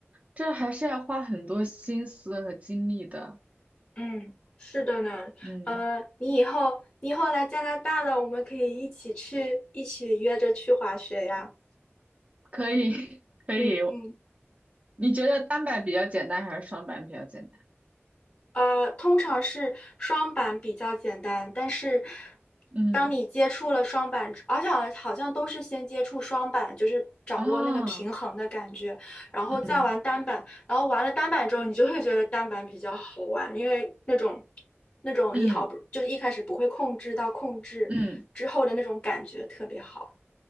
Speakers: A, on the right; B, on the left.
A: 这还是要花很多心思和精力的。
B: 嗯，是的呢，
A: 嗯，
B: 呃，你以后你以后来加拿大了，我们可以一起去，一起约着去滑雪呀。
A: 可以 <laughs> 可以。
B: 嗯嗯。
A: 你觉得单板比较简单还是双板比较简单？
B: 呃，通常是双板比较简单，但是
A: 嗯
B: 当你接触了双板之而且好像好像都是先接触双板，就是掌握那个平衡的感觉，
A: 啊，
B: 然后再玩单板，
A: 嗯
B: 然后玩了单板之后，你就会觉得单板比较好玩，因为那种那种你好不就是一开始不会控制到控制之后的那种感觉特别好。
A: 嗯嗯